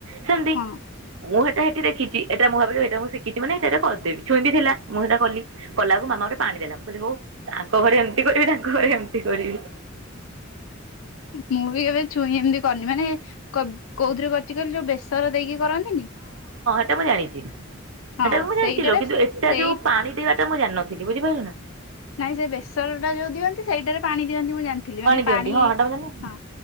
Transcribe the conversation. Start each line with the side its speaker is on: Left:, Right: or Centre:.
Right: ସେମତି,
Left: ହଁ
Right: ମୁଁ ହେଠୁ ସେଟା ସେଠି ଦେଖିଛି। ଏଟା ମୁଁ ଭାବିଲି ଏଇଟା ମୁଁ ଶିଖିଛି ମାନେ ସେଇଟା କରିଦେବି। ଛୁଇଁ ବି ଥିଲା, ମୁଁ ସେଟା କଲି କଲା ଆକୁ ମାମା ଗୋଟେ ପାଣି ଦେଲା, ମୁଁ କହିଲି ହଉ ତ ଆଙ୍କ ଘରେ ଏମତି କରିବି ତାଙ୍କ ଘରେ ଏମତି କରିବି
Left: ମୁଁ ବି କେବେ ଛୁଇଁ ଏମତି କରିନି, ମାନେ କୋ-କୋଉଥିରେ କରିଚି କହିଲି ଯୋଉ ବେସ ସର ଦେଇକି କରନ୍ତିନି
Right: ସେଟା ମୁଁ ଜାଣିଛି।
Left: ହଁ
Right: ସେଟା ବି ମୁଁ
Left: ସେଇଟାରେ
Right: ଜାଣିଚି ଲୋ, କିନ୍ତୁ ଏଟା
Left: ସେଇ
Right: ଯୋଉ ପାଣି ଦେବାଟା ମୁଁ ଜାଣିନଥିଲି, ବୁଝିପାରୁିଲ ନା?
Left: ନାଇଁ ସେ ବେସରଟା ଯୋଉ ଦିଅନ୍ତି, ସେଇଟାରେ ପାଣି ଦିଅନ୍ତି ମୁଁ ଜାଣିଥିଲି। ମାନେ
Right: ଦିଅନ୍ତି
Left: ପାଣି
Right: ହଁ ହେଟା ମୁଁ ଜାଣିନି
Left: ହଁ